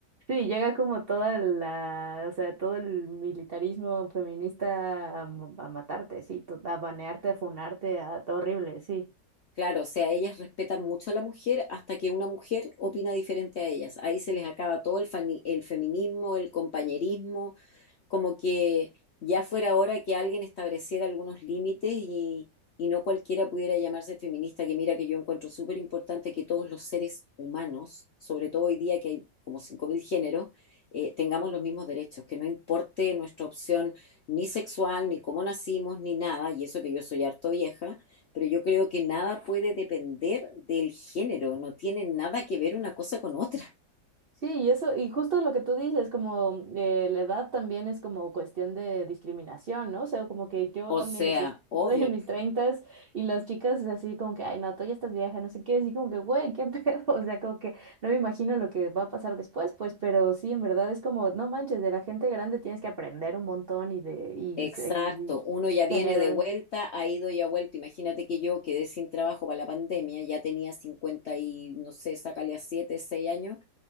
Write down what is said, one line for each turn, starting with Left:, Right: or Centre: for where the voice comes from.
Right: Sí, llega como toda la, o sea, todo el militarismo feminista a, m- a matarte, sí, to- a banearte, a funarte, a, horrible, sí.
Left: Claro, o sea, ellas respetan mucho a la mujer hasta que una mujer opina diferente a ellas. Ahí se les acaba todo el, fani- el feminismo, el compañerismo, como que ya fuera hora que alguien estableciera algunos límites y, y no cualquiera pudiera llamarse feminista, que mira que yo encuentro súper importante que todos los seres humanos, sobre todo hoy día que hay como 5.000 géneros, eh, tengamos los mismos derechos, que no importe nuestra opción ni sexual, ni cómo nacimos, ni nada, y eso que yo soy harto vieja, pero yo creo que nada puede depender del género, no tiene nada que ver una cosa con otra.
Right: Sí, y eso, y justo lo que tú dices, como eh, la edad también es como cuestión de discriminación, ¿no? O sea, como que yo
Left: O
Right: también
Left: sea,
Right: o sea, <laughs>
Left: obvio
Right: estoy en mis treintas y las chicas es así como que, ay, no, tú ya estás vieja, no sé qué, así como que, güey, qué pedo, <laughs> o sea, como que no me imagino lo que va a pasar después, pues, pero sí, en verdad es como, no manches, de la gente grande tienes que aprender un montón y de, y,
Left: Exacto,
Right: y- y
Left: uno ya viene
Right: generar,
Left: de vuelta, ha ido y ha vuelto. Imagínate que yo quedé sin trabajo para la pandemia, ya tenía 50 y no sé, sácale a 7, 6 años.